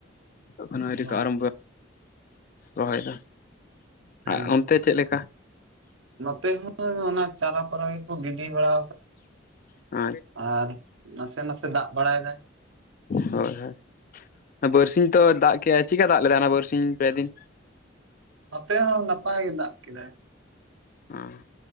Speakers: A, on the left; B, on the right.
A: ᱛᱠᱷᱚᱱ ᱟᱩᱨᱤ
B: ᱦᱳᱭ
A: ᱠᱚ ᱟᱨᱟᱢᱵ ᱨᱚᱦᱚᱭ ᱫᱚ
B: ᱦᱮᱸ
A: ᱟᱨ ᱚᱱᱛᱮ ᱪᱮᱫ ᱞᱮᱠᱟ
B: ᱱᱚᱛᱮ ᱦᱚᱸ ᱚᱱᱟ ᱪᱟᱨᱟᱯᱟᱨᱟ ᱜᱮᱠᱚ ᱜᱤᱰᱤ ᱵᱟᱲᱟ
A: ᱟᱪᱪᱷᱟ
B: ᱟᱨ ᱱᱟᱥᱮ ᱱᱟᱥᱮ ᱫᱟᱜ ᱵᱟᱲᱟᱭᱮᱫᱟᱭ
A: ᱦᱳᱭ ᱦᱳᱭ ᱵᱟᱨᱥᱤᱧ ᱛᱚ ᱫᱟᱜ ᱠᱮᱜ ᱟᱭ ᱪᱤᱠᱟ ᱫᱟᱜ ᱞᱮᱫᱟᱭ ᱚᱱᱟ ᱵᱟᱨᱥᱤᱧ ᱯᱮᱫᱤᱱ
B: ᱱᱚᱛᱮ ᱦᱚᱸ ᱱᱟᱯᱟᱭ ᱜᱮ ᱫᱟᱜ ᱠᱮᱫᱟᱭ
A: ᱦᱟᱸ